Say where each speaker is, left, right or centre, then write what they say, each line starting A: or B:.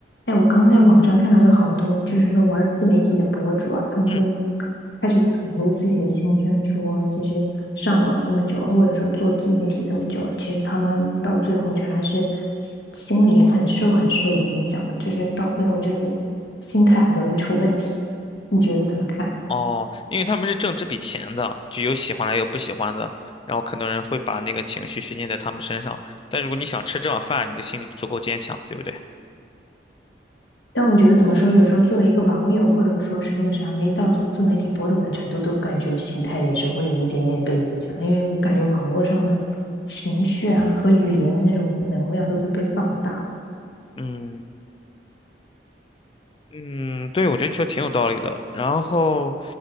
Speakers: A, on the left; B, on the left.
A: 哎，我刚在网上看到有好多，就是说玩自媒体的博主啊，他们都
B: 嗯，
A: 开始袒露自己的心声，说其实上网这么久了，或者说做自媒体这么久了，其实他们到最后却还是心心里很受很受影响的，就是到最后就是心态很容易出问题。你觉得怎么看？
B: 哦，因为他们是挣这笔钱的，就有喜欢的，有不喜欢的，然后很多人会把那个情绪宣泄在他们身上。但如果你想吃这碗饭，你的心里足够坚强，对不对？
A: 但我觉得怎么说，有时候作为一个网友，或者说是那个啥，没到做自媒体博主的程度，都感觉心态也是会有一点点被影响，因为我感觉网络上的情绪啊和语言的那种能量都是被放大的
B: 嗯嗯，对，我觉得你说挺有道理的。然后，